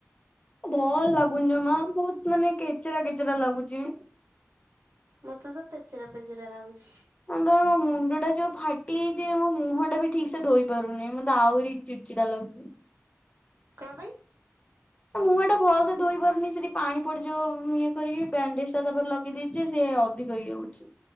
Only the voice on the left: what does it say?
ଭଲ ଲାଗୁନି ଯମା। ବହୁତ ମାନେ, କେଚରା କେଚେରା ଲାଗୁଚି।
ମୁଁ ତ ମୋ ମୁଣ୍ଡ ଟା ଯୋଉ ଫାଟି ଯାଇଛି, ମୋ ମୁହଁ ଟା ବି ଠିକ୍ ସେ ଧୋଇ ପାରୁନି। ମତେ ଆହୁରି ଚିଡ଼୍ ଚିଡ଼ା ଲାଗୁଛି।
ମୁହଁ ଟା ଭଲ ସେ ଧୋଇ ପାରୁନି ସେଠି ପାଣି ପଡିଯିବ। ଇଏ କରିକି ବ୍ୟାଣ୍ଡେଜ ଟା ତା'ପରେ ଲଗେଇ ଦେଇଛି। ଯେ ସେ ଅ ଅଧିକ ହେଇ ଯାଉଛି।